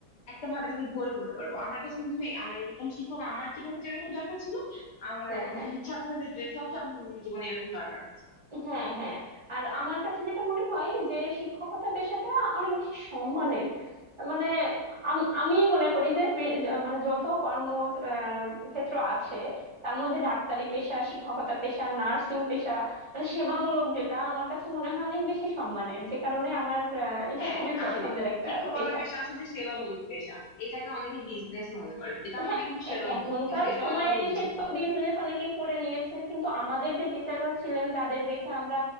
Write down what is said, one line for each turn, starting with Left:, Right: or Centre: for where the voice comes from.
Left: একটা ভাবে তাকে গড়ে তুলতে পারবো আমার কাছে মনে হয় আমার এরকম শিক্ষক আমার জীবনে যেরকম দরকার ছিল আমার
Right: হ্যাঁ হ্যাঁ
Left: ছাত্রছাত্রীদের সব ছাত্রছাত্রীদের জীবনে এরকম দরকার আছে
Right: হ্যাঁ হ্যাঁ আর আমার কাছে যেটা মনে হয় যে শিক্ষকতা পেশাটা অনেক বেশি সম্মানের মানে আম- আমি মনে করি যে ফি- যা- মানে যত কর্ম আহ, ক্ষেত্র আছে তার মধ্যে ডাক্তারি পেশা শিক্ষকতা পেশা নার্সিং পেশা মানে সেবামূলক যেটা আমার কাছে মনে হয় অনেক বেশি সম্মানের যে কারণে আমার আহ, এটা
Left: হ্যাঁ
Right: খুবই পছন্দের
Left: আসলে
Right: একটা
Left: শিক্ষকতা
Right: পেশা
Left: পেশা আসলে সেবামূলক পেশা এটাকে অনেকে বিজনেস মনে করে এটা
Right: হ্যাঁ
Left: আসলে কিন্তু সেবামূলক
Right: এ- এখনকার
Left: পেশা এটাও
Right: সময়ের
Left: অনেকে
Right: এসে
Left: বুঝে না
Right: তো বিজনেস অনেকে করে নিয়েছে কিন্তু আমাদের যে টিচাররা ছিলেন যাদের দেখে আমরা